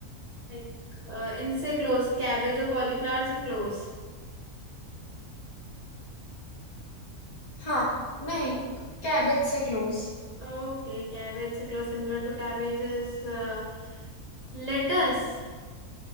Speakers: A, on the right; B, on the left.
A: लाइक इनसे क्लोज कैबेज और कॉलीफ्लावर से क्लोज
B: हाँ नहीं कैबिज से क्लोज
A: Okay, cabbage से close similar to cabbage is uh, lettuce. <laughs>